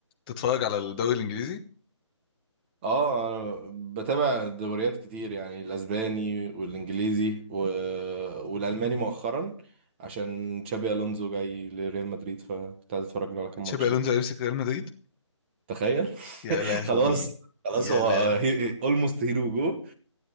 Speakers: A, on the left; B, on the right.
A: تتفرج على الدوري الانجليزي
B: اه انا بتابع دوريات كتير يعني الاسباني والانجليزي و... والالماني مؤخرا عشان تشابي الونزو جاي لريال مدريد فكنت عايز اتفرج له على كام
A: تشابي
B: ماتش
A: الونزو
B: كده
A: هيمسك ريال مدريد
B: تخيل <laughs>
A: يا لهوي
B: خلاص خلاص
A: يا
B: هو
A: لا
B: اولموست هيرو جو